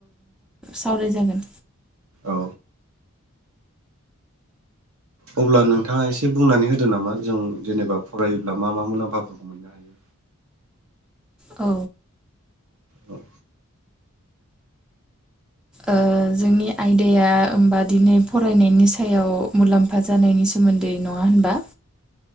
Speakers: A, in the centre; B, on the right.
A: सावराय जागोन।
B: औ अब्ला नोंथाङा एसे बुंनानै होदो नामा जों जेनेबा फरायोब्ला मा मा मुलाम्फाफोरखौ मोननो हायो?
A: औ
B: औ
A: ओ जोंनि आयदाया होमबा दिनै फरायनायनि सायाव मुलाम्फा जानायनि सोमोन्दै नङा होनबा?